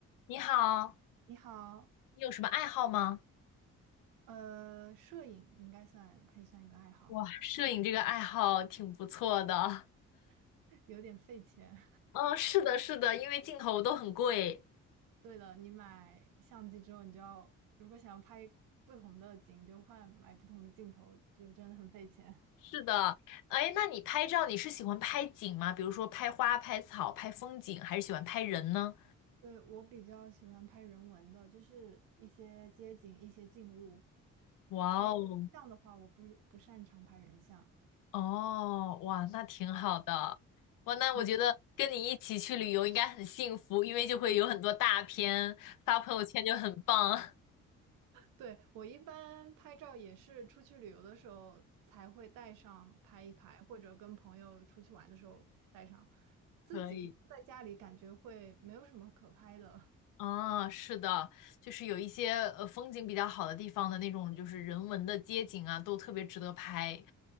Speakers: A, on the left (about 80°); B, on the right (about 85°).
A: 你好，
B: 你好，
A: 你有什么爱好吗？
B: 呃，摄影应该算可以算一个爱好，
A: 哇，摄影这个爱好挺不错的。
B: <laughs> 有点费钱。
A: <laughs> 嗯，是的，是的，因为镜头都很贵。
B: <laughs> 对的，你买相机之后，你就要如果想要拍不同的景，就换买不同的镜头，就真的很费钱。
A: 是的，哎，那你拍照你是喜欢拍景吗？比如说拍花、拍草、拍风景，还是喜欢拍人呢？
B: <laughs> 对，我比较喜欢拍人文的，就是一些街景、一些静物。
A: 哇哦，
B: 拍人像的话，我不不擅长拍人像。
A: 哦，哇，那挺好的。哇，那我觉得跟你一起去旅游应该很幸福，
B: 你？
A: 因为就会有很多大片，发朋友圈就很棒。<laughs>
B: 对，我一般拍照也是出去旅游的时候才会带上拍一拍，或者跟朋友出去玩的时候带上。自己平时在家里感觉会没有什么可拍的
A: 可以。啊，是的，就是有一些呃风景比较好的地方的那种，就是人文的街景啊，都特别值得拍。